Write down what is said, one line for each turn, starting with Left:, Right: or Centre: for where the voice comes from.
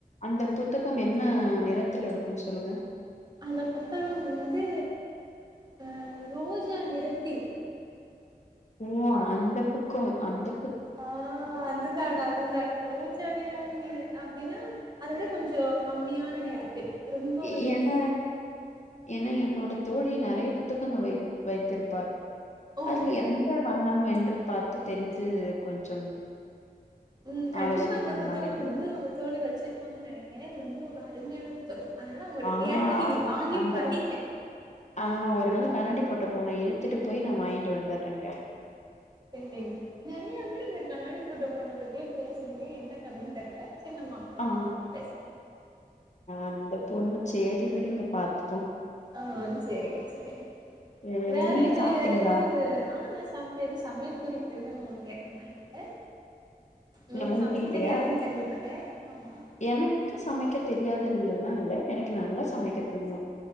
Left: அந்த புத்தகம் என்ன நிறத்துல இருக்கு சொல்லுங்க
Right: அந்த புத்தகம் வந்து அ ரோஜா நிறத்தில்
Left: ஓ அந்தப் பக்கொ அந்தப்
Right: ஆ அது தான் அது தான் ரோஜ் ஜா நிறம் இல் அப்டின்னா அத விட கொஞ்சொ கம்மியான நிறத்தில் ரொம்ப
Left: எ
Right: வந்து
Left: என என என்னோட தோழி நறைய புத்தகங்க வை வைத்திருப்பாள்
Right: ஓ
Left: அதுல எந்த வண்ணம் என்று பாத்து தெரிந்து கொஞ்சம்
Right: ம் கண்டிப்பா
Left: ஆலோசனை
Right: அந்த
Left: பண்ணலாம்
Right: புத்தகம்
Left: என்று
Right: வந்து உங்க தோழி வச்சிருப்பாங்கன் நெனைக்கே எனா இது ரொம்ப ஒரு அருமையான புத் த்தக அதனால அவுங்கட்ட
Left: ஆ
Right: கேட்டு நீங்க வாங்கி
Left: அந்த
Right: படிங்க
Left: ஆ ஒரு நாள் காண்ணாடி போட்ட பொன்ன இழுத்துட்டு போய் நா வாங்ட்டு வந்துற்றேங்க
Right: சேரிங்க நெறைய பேரு இந்த கண்ணாடி போட்ட பொண்ண பத்தி பேசுறீங்க என்ன கதன்னு தெர்ல சர்நம்மா ரொம்ப
Left: ஆ
Right: பேசி
Left: அந்த பொண்னு சேர்ரி விடுங்க பாத்துப்பொ
Right: ஆ சேரிங்க சேரி
Left: சேரி
Right: வேற
Left: நீங்க
Right: என்ன
Left: சாப்ட்டீங்களா
Right: வேற ஏதுவுந்த ஆ நா சாப் து எத சமையல் குறிப்பு எதூ கேக்குமா என்கிட்ட நீக்கு
Left: உங்ககிட்டயா
Right: சமைக்க தெரியாதுன் கேள்விப்பட்டே ஆமா
Left: எனக்கு சமைக்க தெரியாதல்ல தா இல்ல எனக்கு நல்லா சமைக்க தெரியு